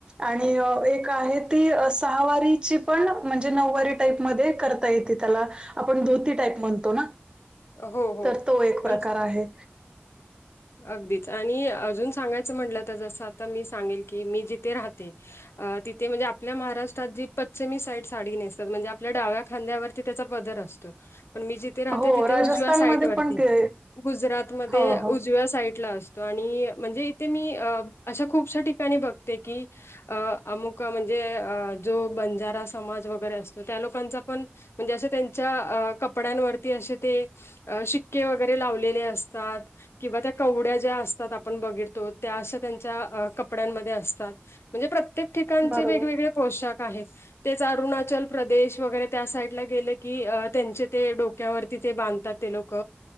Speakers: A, on the right; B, on the left.
A: आणि एक आहे ती सहावारीची पण म्हणजे नऊवारी टाईप मध्ये करता येते त्याला. आपण धोती टाईप म्हणतो ना
B: हो हो
A: तर तो एक प्रकार
B: म्हणजे
A: आहे.
B: अगदीच आणि अजून सांगायचं म्हटलं तर जसं आता मी सांगेल की मी जिथे राहते. तिथे म्हणजे आपल्या महाराष्ट्रात जी पश्चमी साईड साडी नेसतात म्हणजे आपल्या डाव्या खांद्यावर त्याचा पदर असतो पण मी जे थे राहते
A: हो
B: तिथे
A: राजस्थानमध्ये
B: उजव्या साईट वरती
A: पण ते
B: गुजरात मध्ये
A: हो हो
B: उजव्या साईटला असतो आणि म्हणजे इथे मी अशा खूपश्या ठिकाणी बघते की अ अमुक म्हणजे जो बंजारा समाज वगैरे असतो त्या लोकांचा पण म्हणजे असं त्यांच्या अ कपड्यांवरती असे ते अ शिक्के वगैरे लावलेले असतात, किंवा त्या कवड्या ज्या असतात आपण बघिततो त्या अशा त्यांच्या कपड्यांमध्ये असतात. म्हणजे प्रत्येक ठिकाणचे
A: बरोबर
B: वेगवेगळे पोशाख आहेत. तेच अरुणाचल प्रदेश वगैरे त्या साईडला गेले की त्यांचे ते डोक्यावरती ते बांधतात. ते लोक